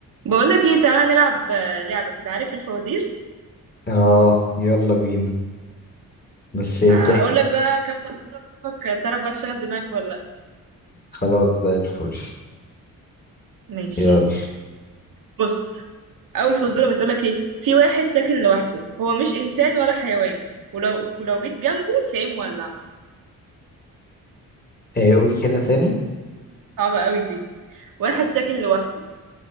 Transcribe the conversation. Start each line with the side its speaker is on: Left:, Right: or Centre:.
Right: بقول لك ايه تعالى نلعب آه، لعبة كده عارف الفوازير
Left: اه يلا بينا بس ابدأي
Right: هقول لك بقى كام فزورة واشوفك بتعرف بقى تشغل دماغك ولا لا
Left: خلاص زي الفل
Right: ماشي
Left: يلا
Right: بص اول فزورة بتقول لك ايه في واحد ساكن لوحده هو مش انسان ولا حيوان ولو ولو جيت جنبه تلاقيه مولع
Left: ايه قولي كده تاني
Right: صعبة قوي دي واحد ساكن لوحده